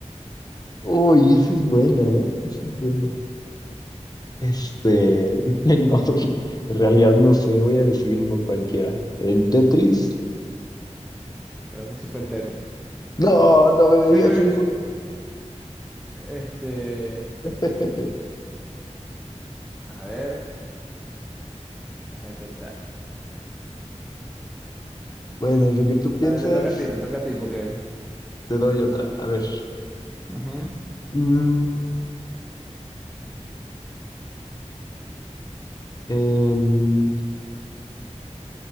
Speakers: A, on the left; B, in the centre.
A: Uy, esa es buena, ¿eh? Esa es buena. Este, <laughs> no, en realidad no sé, voy a decir uno cualquiera. ¿El Tetris?
B: Creo que sí fue el Tetris.
A: No, no me digas
B: Yo creo que
A: eso.
B: es- Este,
A: <laughs>
B: a ver, déjame pensar.
A: Bueno, en lo que tú piensas,
B: Ah, te toca a ti, te toca a ti porque...
A: te doy otra. A ver.
B: Ujú.
A: Mm, en-